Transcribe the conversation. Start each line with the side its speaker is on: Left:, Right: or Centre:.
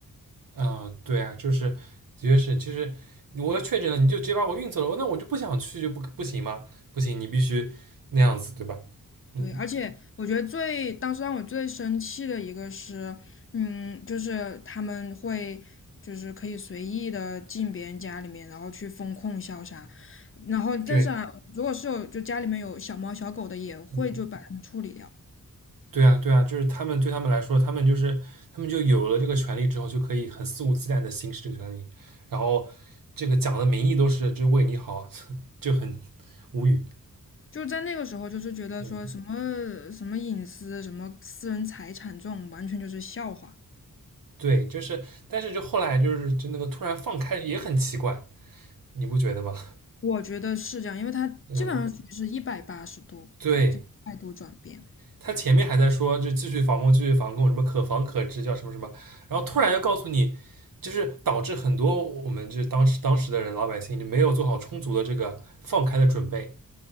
Right: 嗯啊，对啊，就是的确是就是我要确诊了，你就直接把我运走了，那我就不想去就不不行吗？不行，你必须那样子，对吧？嗯，
Left: 对，而且我觉得最当时让我最生气的一个是，嗯，就是他们会就是可以随意的进别人家里面，然后去封控消杀，然后但是啊，
Right: 对，
Left: 如果是有就家里面有小猫小狗的，也会就把它们处理掉。
Right: 嗯。对啊，对啊，就是他们对他们来说，他们就是他们就有了这个权利之后，就可以很肆无忌惮的行使这个权利，然后这个讲的名义都是就为你好，<laughs> 就很无语。
Left: 就在那个时候，就是觉得说什么什么隐私、
Right: 嗯，
Left: 什么私人财产这种，完全就是笑话。
Right: 对，就是，但是就后来就是就那个突然放开也很奇怪，你不觉得吗？
Left: 我觉得是这样，因为他基本上属于是一百八十度
Right: 嗯，对，
Left: 态度转变。
Right: 他前面还在说就继续防控，继续防控，什么可防可治，叫什么什么，然后突然又告诉你，就是导致很多我们就是当时当时的人老百姓就没有做好充足的这个放开的准备。